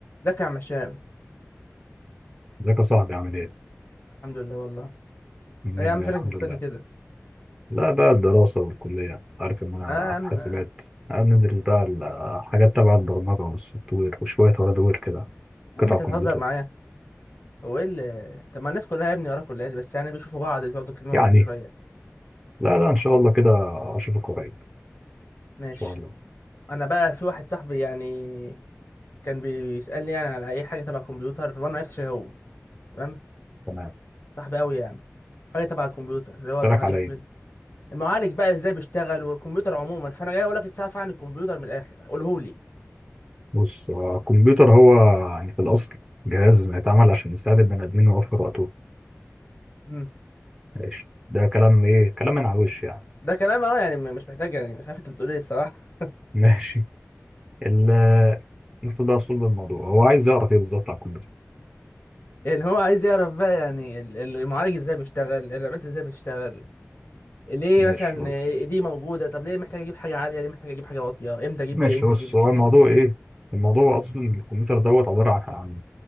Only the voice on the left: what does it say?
ازيك يا عم هشام
الحمد لله والله
ايه يا عم
فينك
مختفي
كده
اه يا عم
يا
عم
انت
تهزر معايا هو ايه اللي طب ما الناس كلها يا ابني وراك كلها دي بس يعني بيشوفوا بعض بيقعدوا يكلموا
بعض شويه
ماشي
انا بقى في واحد صاحبي يعني كان بيسالني يعني على اي حاجه تبع الكمبيوتر وانا ما عرفتش إيه هو تمام
صاحبي قوي يعني حاجه تبع الكمبيوتر اللي هو
المعالج
وكده المعالج بقى ازاي بيشتغل والكمبيوتر عموما فانا جاي اقول لك انت تعرف عن الكمبيوتر من الاخر قوله لي
مم.
ده كلام اهو يعني مش محتاج يعني مش عارف انت بتقول ايه الصراحه
يعني هو عايز يعرف بقى يعني ال- ال- المعالج ازاي بيشتغل الرامات ازاي بتشتغل ليه
مثلا دي موجودة طب ليه محتاج اجيب حاجة عالية ليه محتاج اجيب حاجة واطية امتى اجيب
دي امتى
اجيب
دي كده
يعني